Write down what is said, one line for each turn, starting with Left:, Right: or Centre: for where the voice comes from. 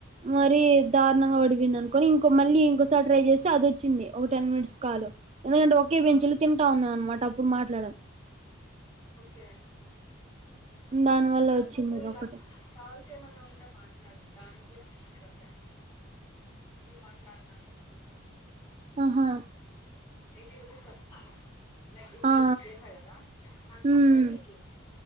Right: మరి ద పడిపోంది అనుొని ఇంకో మళ్ళీ ఇంకోసారి ట్రై చేస్తే అది వచ్చింది ఒక టెన్ మినిస్ కాల్ ఎందుకంటే ఒకే
Left: ఆ
Right: బెంచ్ లో తింటా ఉన్నా అనమాట అప్పుడు మాట్లాడి
Left: ఓకే
Right: దాని వల్ల
Left: ఇంకా
Right: వచ్చింది
Left: నువ్వు
Right: ఇది
Left: ఇలా
Right: ఒకటి
Left: కాల్స ఏమన్నా ఉంటే మాట్లాడు దానికి కూడా అమౌంట్ కడతాయి మ నువ్వు మాట్లాడనా
Right: ఆహా
Left: ఎయిటీ రుపీస్ ప లైక్ ఇప్పుడు నేను
Right: ఆ
Left: నీకు చేసా కదా నాకు హండ్రెడ్
Right: ఉమ్
Left: నీకు ఎయిటీ